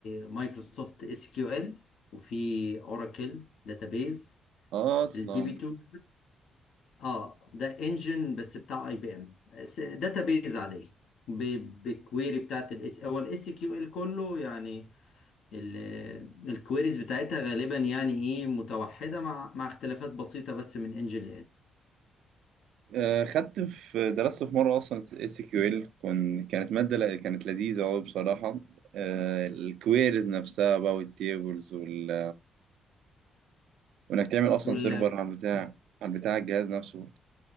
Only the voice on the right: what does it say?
اصلا
آه، خدت في درست في مرة اصلا اس كيو ال كانت مادة ل- كانت لذيذة قوي بصراحة آه، الكويريز نفسها بقى والتيبلز وال... وانك تعمل اصلا
سيرفر على البتاع على البتاع الجهاز نفسه